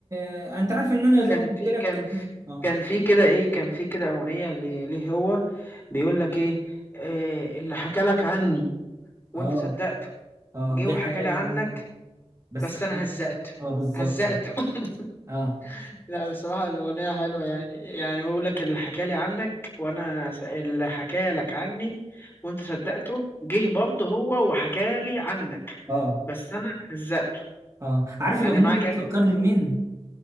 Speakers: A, on the right; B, on the left.
A: آه، انت عارف ان انا
B: كان
A: زي ما قلت
B: في
A: لك
B: كان في
A: اه
B: كان في كده ايه كان في كده اغنيه لي- ليه هو بيقول لك ايه آه، اللي حكى لك عني وانت
A: اه
B: صدقته
A: اه
B: جه وحكى
A: جه حكى
B: لي
A: لي
B: عنك
A: عن بس
B: بس
A: انا
B: انا هزقته
A: اه بالظبط
B: هزقته <laughs>
A: اه
B: لا بصراحة الأغنية حلوة يعني يعني بقول لك اللي حكالي عنك وأنا س- اللي حكالك عني وأنت صدقته جه برضه هو وحكالي عنك
A: اه
B: بس أنا هزقته
A: اه عارف
B: يعني
A: الاغنيه
B: معنى
A: دي
B: كان
A: بتفكرني بمين